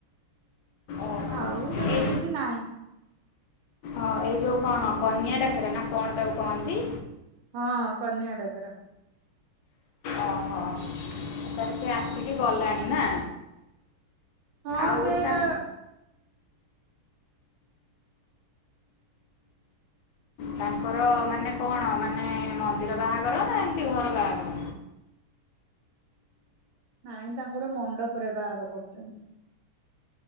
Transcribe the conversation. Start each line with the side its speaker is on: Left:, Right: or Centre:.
Left: ଓହୋ
Right: ଆଉ ସେମିତି
Left: ଏଇ
Right: କିଛି ନାଇ।
Left: ହଁ ଏଇ ଯୋଉ କଣ କନିଆ ଡାକେରା ନା କଣ ତାକୁ କହନ୍ତି?
Right: ହଁ କନିଆ ଡ଼ାକରା।
Left: ଓହୋ, ତା ସିଏ ଆସିକି ଗଲାଣି ନା?
Right: ହଁ
Left: ଆଉ
Right: ସେଇଟା
Left: ତା ତାଙ୍କର ମାନେ କଣ ମାନେ ମନ୍ଦିର ବାହାଘର ନା ଏମତି ଘର ବାହାଘର?
Right: ନାଇଁ ତାଙ୍କର ମଣ୍ଡପରେ ବାହାର କରୁଚନ୍ତି।